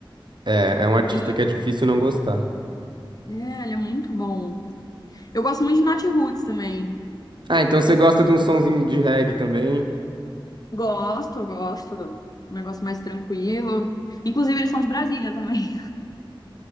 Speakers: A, on the right (about 60°); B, on the left (about 45°).
A: É, é um artista
B: E
A: que é difícil não gostar.
B: é, ele é muito bom. Eu gosto muito de Nat Roots também.
A: Ah, então você gosta de um sonzinho de reggae também?
B: Gosto, gosto. Um negócio mais tranquilo. Inclusive, eles são de Brasília também.